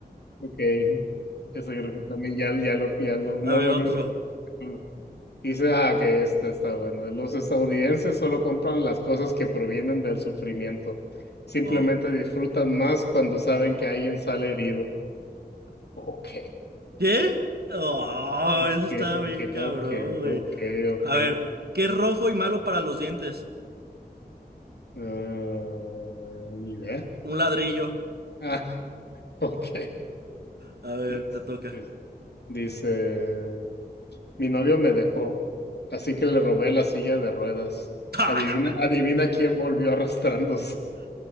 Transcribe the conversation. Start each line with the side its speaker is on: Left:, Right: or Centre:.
Left: ok. Eso creo que también ya, ya lo, ya lo,
Right: A
Left: no
Right: ver
Left: me
Right: otro.
Left: acuerdo si Mm. Dice, ah, ok, esta está bueno. Los estadounidenses solo compran las cosas que provienen del sufrimiento. Simplemente
Right: Oh.
Left: disfrutan más cuando saben que alguien sale herido. Ok.
Right: ¿Qué? Oh, eso
Left: Ok,
Right: está
Left: ok,
Right: bien cabrón,
Left: ok,
Right: güey.
Left: ok, ok.
Right: A ver, ¿qué es rojo y malo para los dientes?
Left: Ah, ni idea.
Right: Un ladrillo.
Left: Ah, <laughs> ok.
Right: A ver,
Left: Dice,
Right: te toca.
Left: dice, mi novio me dejó, así que le robé la silla de ruedas.
Right: <laughs>
Left: Adivina, adivina quién volvió arrastrándose.